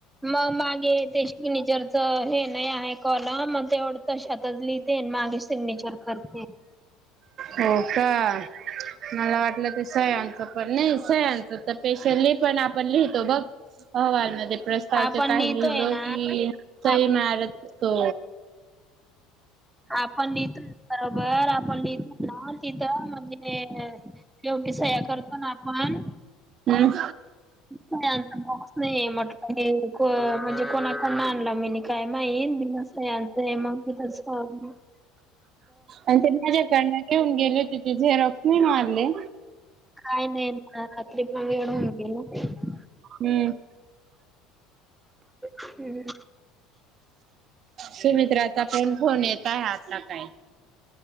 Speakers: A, in the centre; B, on the right.
A: मग मागे ते सिग्निचरच हे नाही आहे कॉलम मग तेवढ तशातच लिहिते अनं मागे सिग्नेचर करते.
B: हो का? मला वाटलं ते सयांचं पण नाही सयांच तर स्पेशली पण आपण लिहितो बघ अहवाल मध्ये प्रस्तावचे
A: आपण
B: काही
A: लिहितोय
B: लिहिलो
A: ना
B: की सई
A: आप
B: मारत तो.
A: आपण लिहितो बरोबर आपण लिहिलं ना तिथं म्हणजे योग्य सह्या करतो ना आपण
B: हम्म
A: <unintelligible> बॉक्स नाहीये म्हटलं मी हे म्हणजे कोणाकडन आणला मीने? काय माहीत मी मस्त आहे यांचं हे <unintelligible>
B: आणि ते माझ्याकडन घेऊन गेले तिचे झेरॉक्स नाही मारले
A: काय नाही ना रात्री पण एवढ होऊन गेला.
B: हम्म.
A: हम्म.
B: सुमित्राचा पण फोन येत आहे आता काही.